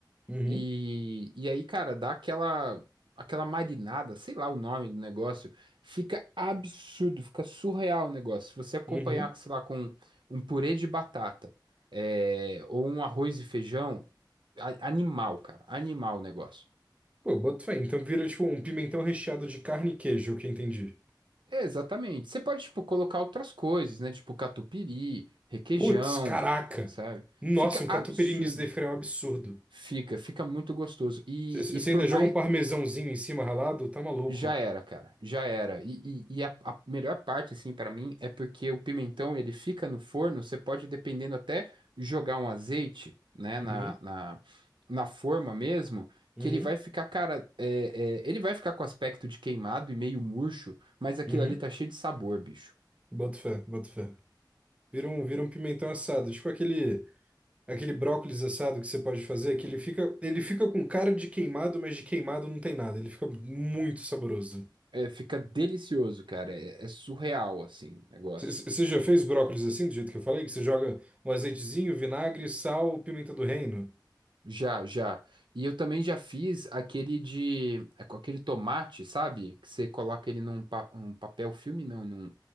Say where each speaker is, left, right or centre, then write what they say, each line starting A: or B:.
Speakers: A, on the right; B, on the right.
A: Uhum,
B: E, e aí, cara, dá aquela, aquela marinada, sei lá o nome do negócio, fica absurdo, fica surreal o negócio. Se você acompanhar,
A: uhum.
B: sei lá, com um purê de batata, é, ou um arroz e feijão, a- animal, cara, animal o negócio.
A: Pô, boto fé. Então vira tipo um pimentão recheado de carne e queijo, é o que eu entendi.
B: É, exatamente. Você pode, tipo, colocar outras coisas, né? Tipo catupiry, requeijão,
A: Putz, caraca!
B: sabe?
A: Nossa,
B: Fica
A: um catupiry
B: absurdo.
A: nisso deve ficar um absurdo.
B: Fica, fica muito gostoso. E,
A: Você
B: e por
A: ainda
B: mais
A: joga um parmesãozinho em cima ralado? Tá maluco.
B: Já era, cara, já era. E, e, e a, a melhor parte, assim, pra mim, é porque o pimentão, ele fica no forno, você pode, dependendo, até jogar um azeite, né,
A: Uhum,
B: na, na, na forma mesmo,
A: uhum,
B: que ele vai ficar, cara, é, é, ele vai ficar com aspecto de queimado e meio murcho, mas aquilo
A: uhum.
B: ali tá cheio de sabor, bicho.
A: Boto fé, boto fé. Vira um, vira um pimentão assado, tipo aquele aquele brócolis assado que você pode fazer, que ele fica, ele fica com cara de queimado, mas de queimado não tem nada. Ele fica muito saboroso.
B: É, fica delicioso, cara, é, é surreal, assim, o negócio.
A: C- c- Você já fez brócolis assim, do jeito que eu falei? Que você joga um azeitezinho, vinagre, sal, pimenta do reino?
B: Já, já. E eu também já fiz aquele de, é com aquele tomate, sabe? Que você coloca ele num pa- um papel filme, não, num,